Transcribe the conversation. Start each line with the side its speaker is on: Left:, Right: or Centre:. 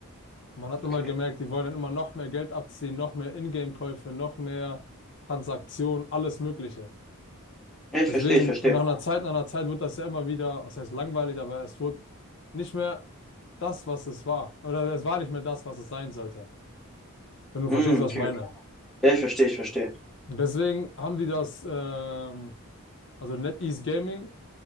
Left: Man hat immer
Centre: Okay.
Left: gemerkt, die wollen dann immer noch mehr Geld abziehen, noch mehr Ingame-Käufe, noch mehr Transaktionen, alles Mögliche.
Centre: Ja, ich
Left: Deswegen,
Centre: verstehe, ich verstehe.
Left: und nach einer Zeit, nach einer Zeit wird das ja immer wieder, was heißt langweilig, aber es wird nicht mehr das, was es war. Oder es war nicht mehr das, was es sein sollte. wenn du verstehst,
Centre: Mm,
Left: was
Centre: okay.
Left: ich meine.
Centre: okay. Ja, ich verstehe, ich verstehe.
Left: Und deswegen haben die das, ähm, also NetEase Gaming